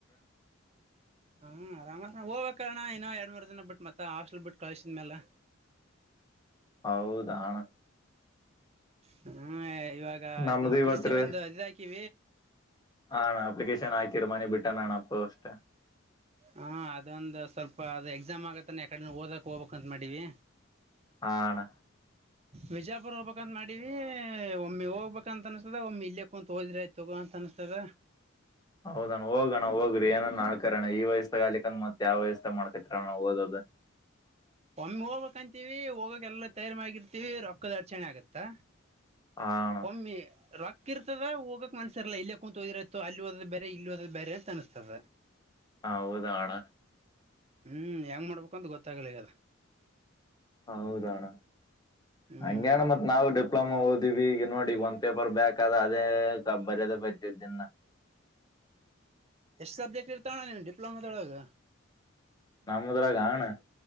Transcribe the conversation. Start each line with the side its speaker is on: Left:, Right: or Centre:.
Right: ಹ್ಮ ಆರಾಮಸ್ ಹೋಗ್ಬೇಕ ಕಾರಣ ಇನ್ನೋ ಎರಡ್ ಮೂರ್ ದಿನ ಬಿಟ್ಟ ಮತ್ತ ಹಾಸ್ಟಲ್ ಬಿಟ್ಟು ಕಳ್ಿದ್ಮೇಲೆ ಹ
Left: ಹೌದಣ
Right: ಹ್ಮ ಇವಾಗ
Left: ನಮ್ದು
Right: ಇದು ಪ
Left: ಇವತ್ತು
Right: ಸಿ ಒಂದು ಅದ ಹಾಕೀಿ
Left: ಹಾ ಅಣ್ಣ ಅಪ್ಲಿಕೇಶನ್ ಆಯ್ತೀರ್ ಮಾನಿ ಬಿಟ್ಟನ್ ಅಣಪ್ಪ ಅಷ್ಟೆ
Right: ಹಾ ಅದೊಂದು ಸ್ವಲ್ಪ ಅದು ಎಕ್ಸಾಮ್ ಆಗತ್ತಾನ ಯಕಡ ಓದಕ್ ಹೋಗ್ಬೇಕಕ್ ಅಂತ ಮಾಡೀವಿ
Left: ಹಾ ಅಣ್ಣ
Right: ಬಜಾಪೂರ್ ಒಬೇಕ ಅಂತ ಮಾದಿವಿ ವಿ ಒಮ್ಮಿ ಹೋಗ್ಬೇಕಂತ ಅನ್ಸ್ತದ ಒಮ್ಮಿ ಇಲ್ಲಯಕ್ಕ ಕುಂತತ್ ಹೋದ್ರ ಆಯ್ತಗ ಅಂತ ಅನ್ಸ್ತದ
Left: ಹೌದಣ ಹೋಗಣ ಹೋಗ್ರಿ ಏನನ್ ನಾಳ್ಕರಣ ಈ ವಯಸ್ಸತಾಗ ಆಲಿಕಂದ ಮತ್ ಯಾವ ವಯಸ್ಸತಾಗ ಮಾಡ್ಕತಿರಣ ಓದೋದ
Right: ಒಮ್ಮ ಹೋಗ್ಬೇಕಕ್ಂತೀವಿ ಹೋಗಕ್ಕೆ ಎಲ್ಲ ತಯಾರಿ ಮಾಡಗಿರ್ತಿೀವಿ ರೊಕ್ಕದ ಅಡಚಣೆ ಆಗತ್ತಾ
Left: ಹಾ ಅಣ್ಣ
Right: ಒಮಿ ರೋಕ್ ಹಕ್ಕಿರ್ತದ ಹೋಗಕ್ ಮನ್ಸರ್ಲ್ಲ ಇಲ್ಲೇ ಕುಂತತ್ ಹೋದಿರಯತ್ತು ಅಲ್ಲಿಓದ ಬೇರೆ ಇಲ್ಲಿ ಓದ್ ಬೇರೆ ಅಂತ ಅನಸ್ತದ
Left: ಹ ಹೌದಣ
Right: ಹ್ಮ್ ಹೆಂಗ್ ಮಾಡ್ಬೇಕುಂತ ಗೊತ್ತಾಗಲಿಗದ
Left: ಹ ಹೌದಣ್ಣ
Right: ಹ್ಮ್
Left: ಹಂಗೆಣ ಮತ್ ನಾವ ಡಿಪ್ಲೊಮಾ ಓದ್ವಿ ಈಗ ನೋಡಿ ಈಗ ಒಂದ್ ಪೇಪರ್ ಬ್ಯಾಕ್ ಆದ ಅದೇ ಬರೋದೇ ಬರಿತಿದ್ದನ್ನ
Right: <inaudible> ಎಷ್ಟು ಸಬ್ಜೆಕ್ಟ್ ಇರ್ತಣ್ಣ ನೀವು ಡಿಪ್ಲೊಮಾ ದೋಳಗ
Left: ನಮ್ಮದರ ಗಾಣ